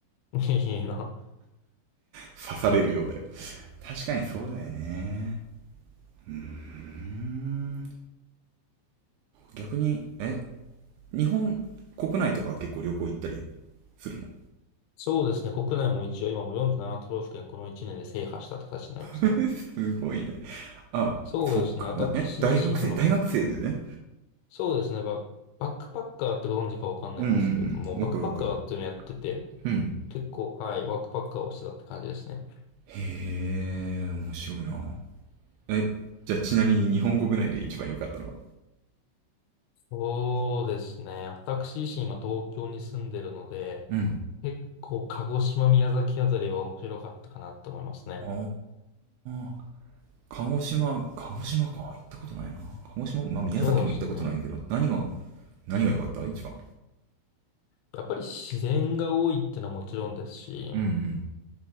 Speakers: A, on the left (about 80°); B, on the right (about 80°).
A: <laughs> いいな。
B: 刺されるようだよ。確かにそうだよね。うーん。逆に、え、日本国内とかは結構旅行行ったりするの
A: そうですね。国内も一応今もう47都道府県この1年で制覇したって形になりますね。
B: <laughs> すごいね。あ、
A: そうですね。
B: そっか。
A: 私自身、
B: な、え、大学生、
A: その、
B: 大学生だよね。
A: そうですね。バ、バックパッカーってご存知かわかんないんですけれども、
B: うんうんうん。
A: バックパッカーっていうのをやってて、
B: わかるわかる。うん。
A: 結構、はい、ワークパッカーをしてたって感じですね。
B: へえ、面白いな。え、じゃあちなみに日本国内で一番良かったのは
A: そうですね。私自身今東京に住んでるので、
B: うん。
A: 結構鹿児島、宮崎あたりは面白かったかなと思いますね。
B: ああ。鹿児島、鹿児島か。行ったことないな。鹿児島、まあ、宮崎も行ったことないけど、
A: そうですね。
B: 何が、何が良かった一番。
A: やっぱり自然が多いってのはもちろんですし、
B: うん